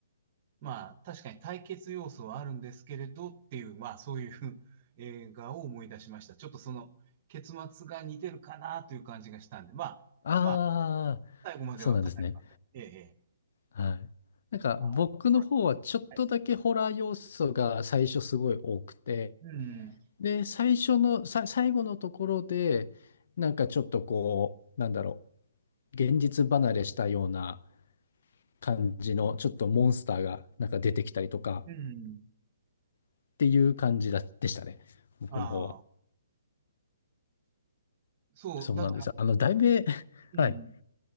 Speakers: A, on the right; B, on the left.
A: う、まあ、確かに対決要素はあるんですけれどっていう、まあ、そういう <laughs> 映画を思い出しました。ちょっとその結末が似てるかなという感じがしたんで、まあ、
B: ああ、
A: まあ、最後までは語りません。
B: そうなんですね。
A: ええ、ええ。
B: はい。なんか僕の方はちょっとだけホラー要素が最初すごい多くて、
A: ああ、これ、はい。うん、
B: で、最初の、さ、最後のところで、なんかちょっとこう、なんだろう、現実離れしたような感じの、ちょっとモンスターがなんか出てきたりとか
A: うん、
B: っていう感じだ、でしたね。僕の方は。
A: ああ。そう、
B: そうなんです。
A: だから、
B: あの、題名、<laughs>
A: うん、
B: はい。